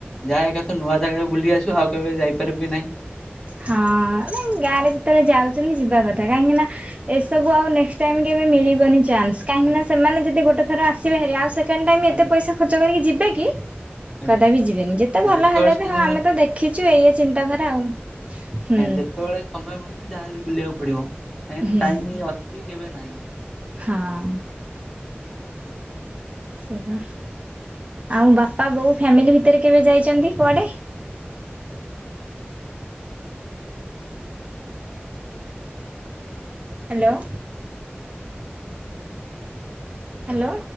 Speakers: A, on the left (about 15°); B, on the right (about 30°).
A: ଯା ଏକାଥ ନୂଆ ଜାଗାରେ ବୁଲି ଆସିବୁ ଆଉ କେବେ ଯାଇପାରିବୁ କି ନାଇ?
B: ହଁ ନାଇ ଗାଁ ରେ ଯେତେବେଳେ ଯାଉଛନ୍ତି ଯିବା କଥା କାହିଁକି ନା ଏସବୁ ଆଉ ନେକ୍ସଟ୍ ଟାଇମ କେବେ ମିଳିବନି ଚାନ୍ସ। କାହିଁକି
A: ଆଜ୍ଞା
B: ନା ସେମାନେ ଯଦି ଗୋଟେ ଥର ଆସିବେ ହେରି ଆଉ ସେେଣ୍ଡ ଟାଇମ ଏତେ
A: ଆଜ୍ଞା
B: ପଇସା ଖର୍ଚ କରିକି ଯିବେ କି?
A: ଆଜ୍ଞା।
B: କଦାପି ଯିବେନି ଯେତେ ଭଲ
A: ଯେତେବେଳେ
B: ହେଲେ
A: ସମୟ
B: ବି ହଁ ଆମେ ତ ଦେଖିଛୁ ଏୟା ଚିନ୍ତାଧାରା ଆଉ। ହୁଁ।
A: ଏ ଯେତେବେଳେ ସମୟ ମିଳୁଛି ଯାହା ହେଲେ ବୁଲିବାକୁ ପଡିବ କାହିଁକି ନା
B: ହୁଁ
A: ଟାଇମ ଅ କି କେବେ ନାଇ
B: ହଁ। ଉଁ ହୁଁ ଆଉ ବାପା ବୋଉ ଫ୍ୟାମିଲି ଭିତରେ କେବେ ଯାଇଛନ୍ତି କୁଆଡେ? ହ୍ୟାଲୋ। ହ୍ୟାଲୋ।